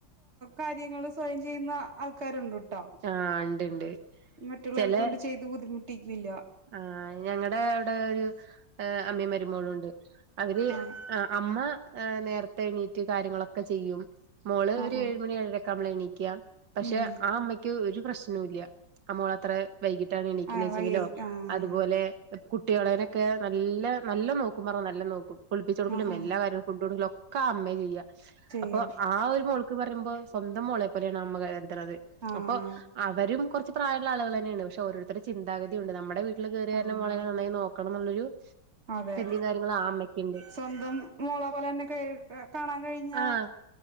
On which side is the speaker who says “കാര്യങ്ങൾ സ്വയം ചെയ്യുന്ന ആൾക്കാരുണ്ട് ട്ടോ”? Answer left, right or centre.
Right